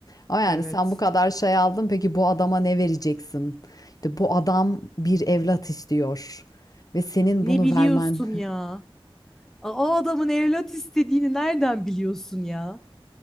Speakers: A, on the left; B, in the centre.
A: Ama yani
B: Evet.
A: sen bu kadar şey aldın peki bu adama ne vereceksin? İşte bu adam bir evlat istiyor ve senin
B: Ne
A: bunu
B: biliyorsun
A: vermen
B: ya? O adamın evlat istediğini nereden biliyorsun ya?